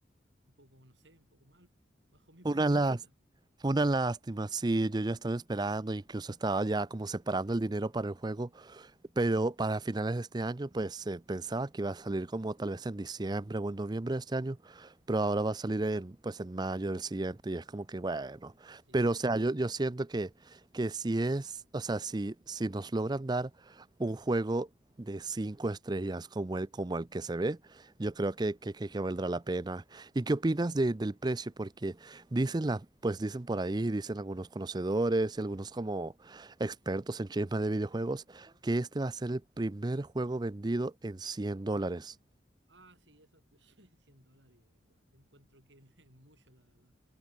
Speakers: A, on the right; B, on the right.
A: un poco, no sé, un poco mal, bajo mi punto
B: Una las,
A: de vista.
B: fue una lástima, sí, yo ya estaba esperando, incluso estaba ya como separando el dinero para el juego. Pero para finales de este año, pues se pensaba que iba a salir como tal vez en diciembre o en noviembre de este año, pero ahora va a salir en, pues en mayo del siguiente y es como que bueno.
A: Sí.
B: Pero o sea, yo, yo siento que, que si es, o sea, si, si nos logran dar un juego de cinco estrellas como el, como el que se ve, yo creo que, que, que, que valdrá la pena. ¿Y qué opinas de- del precio? Porque dicen la, pues dicen por ahí, dicen algunos conocedores y algunos como expertos en chismes de videojuegos que este va a ser el primer juego vendido en 100 dólares.
A: Ah, sí, eso escuché, <laughs> 100 dólares igual. Encuentro que <laughs> es mucho, la verdad.